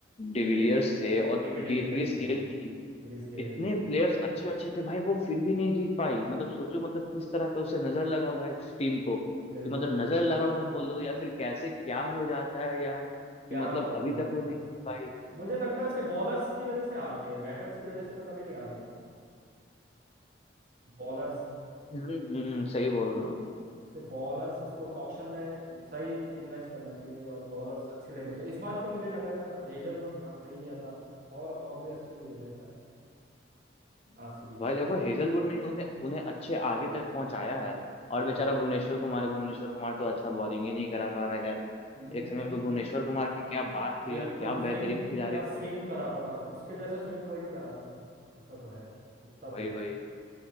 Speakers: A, on the left; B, on the right.
A: डिविलियर्स थे और
B: एबी
A: गे,
B: डिविलियर्स
A: क्रिस
B: हाँ
A: गेल थी
B: क्रिस गेल
A: इतने प्लेयर्स अच्छे अच्छे थे भाई वो फिर भी नहीं जीत पाई मतलब सोचो मतलब किस तरह का उसे नजर लगा हुआ है इस टीम को कि
B: बिल्कुल
A: मतलब नजर लगा हुआ बोलो या फिर कैसे क्या हो जाता है यार कि
B: क्या
A: मतलब
B: हो जाता
A: अभी
B: है
A: तक
B: वही नहीं
A: वो नहीं
B: पता उसका
A: जीत पाई है
B: मुझे लगता है उसके बॉलर्स की वजह से हारती है बैटर्स की वजह से तो कभी नहीं हारी हो बॉलर्स
A: हम्म हम्म, सही बोल रहा हूँ
B: उसके बॉलर्स उसको ऑप्शन में सही इन्वेस्ट करना चाहिए और बॉलर्स अच्छे लेने चाहिए इस बार तो मुझे लग रहा था हेजलवुड हाँ सही लिया था और और भी अच्छे लिए थे शायद आरसीबी ने
A: भाई देखो हेजलवुड ने उन्हें उन्हें अच्छे आगे तक पहुंचाया है और
B: बिल्कुल
A: बेचारा भुवनेश्वर कुमार है, भुवनेश्वर कुमार तो अच्छा बॉलिंग ही नहीं करा पा रहा है यार
B: हम्म,
A: एक समय पे भुवनेश्वर कुमार की क्या बात थी
B: बिल्कुल
A: यार क्या बेहतरीन
B: स्विंग क्या
A: खिलाड़ी था
B: स्विंग
A: वो
B: कराता था उसके जैसे स्विंग कोई नहीं करा सकता ऐसा तो है इतना तो
A: वही
B: है
A: वही